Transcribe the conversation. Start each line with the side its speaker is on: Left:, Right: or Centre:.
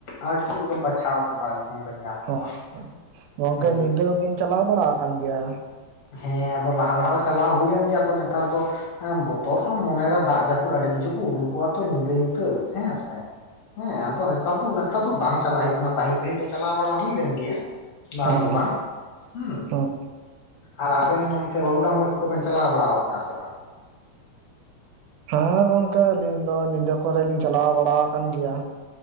Left: ᱟᱹᱰᱤ ᱮᱠᱫᱚᱢ ᱵᱟᱪᱷᱟᱣ ᱠᱚᱨᱟ ᱮᱠᱫᱚᱢ ᱵᱮᱱ ᱧᱟᱢ
Right: ᱦᱮᱸ
Left: ᱠᱚᱣᱟ
Right: ᱜᱚᱝᱠᱮ
Left: ᱦᱩ
Right: ᱧᱤᱫᱟᱹ ᱵᱤᱱ ᱪᱟᱞᱟᱣ ᱵᱟᱲᱟ ᱠᱟᱱ ᱜᱮᱭᱟ
Left: ᱦᱮᱸ ᱟᱫᱚ ᱞᱟᱦᱟ ᱞᱟᱦᱟ ᱫᱚ ᱪᱟᱞᱟᱣ ᱦᱩᱭ ᱞᱮᱱ ᱜᱮᱭᱟ ᱟᱫᱚ ᱱᱮᱛᱟᱨ ᱫᱚ ᱦᱮᱸ ᱵᱚᱛᱚᱨ ᱦᱚᱸ ᱢᱚᱱᱮᱨᱮ ᱫᱟᱜ ᱡᱟᱹᱯᱩᱫ ᱟᱹᱰᱤ ᱠᱤᱪᱷᱩ ᱠᱚ ᱩᱰᱩᱠᱚᱜᱼᱟ ᱛᱚ ᱧᱤᱫᱟᱹ ᱧᱩᱛᱟᱹᱛ ᱦᱮᱸ ᱥᱮ ᱦᱮᱸ ᱟᱫᱚ ᱱᱮᱛᱟᱨ ᱫᱚ ᱩᱱᱟᱹᱜ ᱮᱠᱴᱟ ᱫᱚ ᱵᱟᱝ ᱪᱟᱞᱟᱜ ᱦᱳᱭᱳᱜ ᱠᱟᱱᱟ, ᱯᱟᱹᱦᱤᱞ ᱯᱟᱹᱦᱤᱞ ᱫᱚ ᱪᱟᱞᱟᱣ ᱵᱟᱲᱟ ᱦᱩᱭ ᱞᱮᱱ ᱜᱮᱭᱟ ᱵᱟᱝ
Right: ᱦᱮᱸ
Left: ᱫᱚ ᱵᱟᱝ ᱦᱩᱸ
Right: ᱦᱮᱸ
Left: ᱟᱨ ᱟᱵᱮᱱ ᱱᱚᱱᱛᱮ ᱵᱟᱹᱣᱩᱰᱟᱝ ᱜᱚᱡ ᱠᱚᱵᱮᱱ ᱪᱟᱞᱟᱣ ᱵᱟᱲᱟᱣ ᱠᱟᱱᱟ ᱥᱮ ᱵᱟᱝ
Right: ᱦᱮᱸ ᱜᱚᱝᱠᱮ ᱟᱹᱞᱤᱧ ᱫᱚ ᱱᱤᱫᱟᱹ ᱠᱚᱨᱮ ᱞᱤᱧ ᱪᱟᱞᱟᱣ ᱵᱟᱲᱟ ᱠᱟᱱ ᱜᱮᱭᱟ